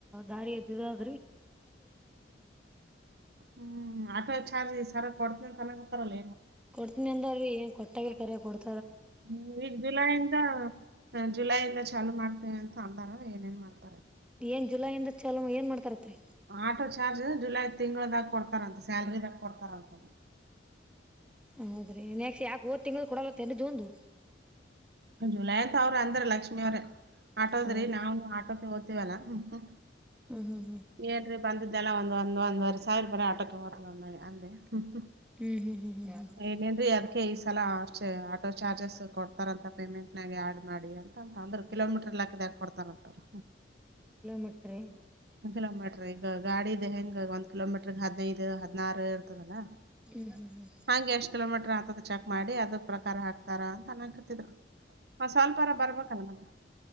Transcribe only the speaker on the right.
ಹ್ಮ್ ಆಟೋ ಚಾರ್ಜ್ ಸರ ಕೊಡ್ತೀನ ತನ ಗತ್ತಾರಲ್ಲ
ಹ್ಮ್ ಈಗ ಜುಲೈಯಿಂದ ಜುಲೈಯಿಂದ ಚಾಲುೂ ಮಾಡ್ತೇನೆ ಅಂತ ಅಂದಾರ ಏನೇನ್ ಮಾಡ್ತ
ಆಟೋ ಚಾರ್ಜ್ ಜುಲೈ ತಿಂಗಳದಾಗ ಕೊಡ್ತಾರಂತೆ ಸ್ಯಾಲ್ರಿಿದಾಗ ಕೊಡ್ತಾರಂತದ
ಜುಲೈ ಅತ್ ಅವ್ರ ಅಂದ್ರ ಲಕ್ಷ್ಮಿ ಅವ್ರ ಆಟೋದ್ರಿ
ನಾವವುನು ಆಟೋಕ್ಕೆ ಓದ ವಲ್ಲ ಹ್ಮ ಹ್ಮ
ಏನ್ ಬಂದ ಇದೆಲ್ಲ ಒಂದು ಒಂದ ಒಂದವರೆ ಸಾವಿರ ಬರ ಆಟೋಕ್ಕೆ ಅಂದೆ ಹ್ಮ್
<unintelligible> ಯಾದಾಗಿ ಈ ಸಲ ಆಟೋ ಚಾರ್ಜಸ್ ಕೊಡ್ತಾರಂತ ಪೇಮೆಂಟ್ ನಾಗೆ ಆ್ಯಡ್ ಮಾಡಿ ಅಂತಾ ಅಂತ ಅಂದ್ರು ಕಿಲೋಮೀಟರ್ ಲೆಕ್ಕದಾಗ ಕೊಡ್ತಾರಂತ ಅವ್ರು.
ಒಂದ ಕಿಲೋಮೀಟರ್ ಈಗ ಗಾಡಿದ ಹೆಂಗ ಒಂದು ಕಿಲೋಮೀಟರ್ ಹದಿನೈದು ಇದು ಹದ್ನಾರು ಇರ್ತದಲ್ಲ
ಹಂಗೆ ಎಷ್ಟ್ ಕಿಲೋಮೀಟರ್. ಆಗ್ತದ ಚೆಕ್ ಮಾಡಿ ಅದ್ರ ಪ್ರಕಾರ ಹಾಕ್ತ ಹಾಕ್ತಾರ ಅನ್ನಕತಿದ್ರು ಒಂದ್ ಸ್ವಲ್ಪ ಆರ ಬರ್ಬೇಕಲ್ಲ ಮ